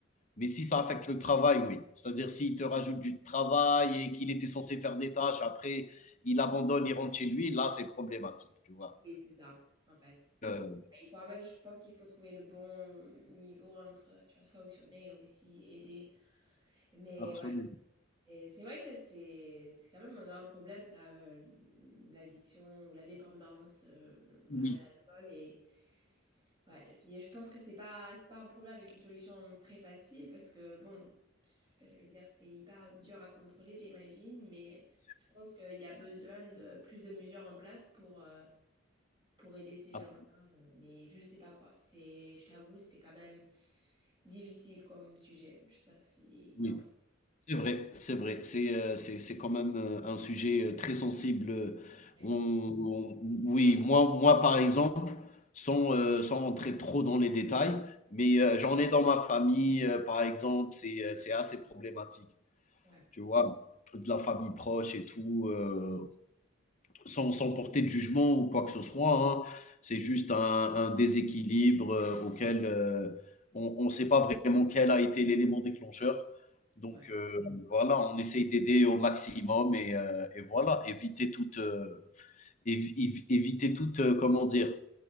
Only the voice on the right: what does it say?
oui, c'est ça, en fait.
Ouais, Il faut, en fait, je pense qu'il faut trouver le bon niveau entre, tu vois, sanctionner et aussi aider. Mais
ouais, et c'est vrai que c'est c'est quand même un grand problème, ça, euh, l'addiction ou la dépendance euh,
à l'alcool. Et ouais, je je pense que c'est pas, c'est pas un problème avec une solution très facile parce que, bon, enfin, je veux dire, c'est hyper dur à contrôler, j'imagine, mais
je pense qu'il y a besoin de plus de mesures en place pour... euh, pour aider ces gens-là,
euh, mais je sais pas quoi. C'est, je t'avoue, c'est quand même Difficile comme sujet. Je sais pas si
t'en penses.
Ouais,
ouais,
ouais.